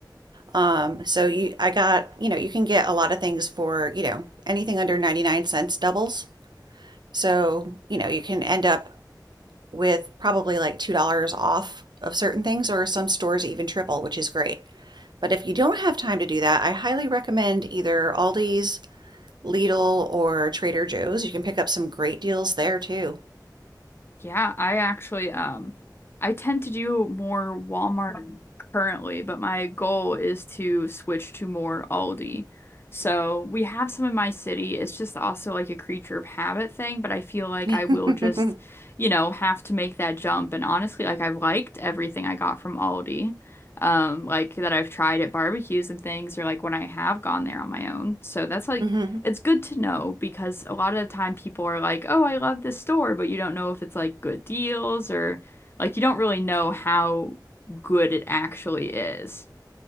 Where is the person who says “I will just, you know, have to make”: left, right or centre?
Left